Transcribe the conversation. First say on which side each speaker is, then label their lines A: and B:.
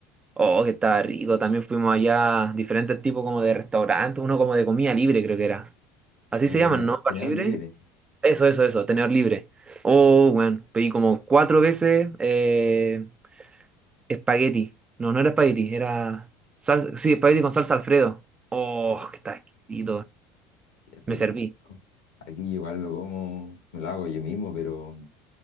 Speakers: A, on the right; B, on the left.
A: Oh, que estaba
B: Ya,
A: rico. También fuimos allá a diferentes tipos como de restaurantes, uno como de comida libre creo que era. Así
B: ya
A: se
B: tene-
A: llaman, ¿no? ¿Bar
B: tenedor
A: libre?
B: libre.
A: Eso, eso, eso, tener libre. Oh, bueno, pedí como cuatro veces. eh, Espagueti. No, no era espagueti, era... sal- Sí, espagueti con salsa Alfredo. Oh,
B: Oh,
A: que está exquisito.
B: qué
A: Me serví.
B: rico. Aquí yo igual lo como, me lo hago yo mismo, pero